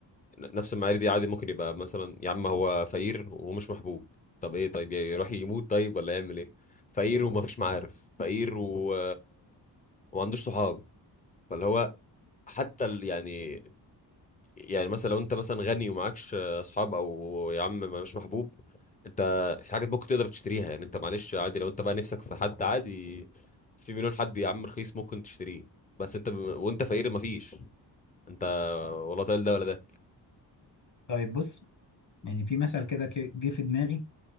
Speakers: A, on the left (about 20°); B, on the left (about 45°).
A: نفس المعايير دي عادي ممكن يبقى مثلا يا عم هو فقير ومش محبوب طب ايه طيب يروح يموت طيب ولا يعمل ايه فقير ومفيش معارف فقير و وما عندوش صحاب فاللي هو حتى ال... يعني يعني مثلا لو انت مثلا غني ومعكش اصحاب او يا عم مش محبوب انت في حاجات ممكن تقدر تشتريها يعني انت معلش عادي لو انت بقى نفسك في حد عادي في مليون حد يا عم رخيص ممكن تشتريه بس انت ب... وانت فقير مفيش انت ولا طايل ده ولا ده
B: طيب بص يعني في مثل كده ك- جه في دماغي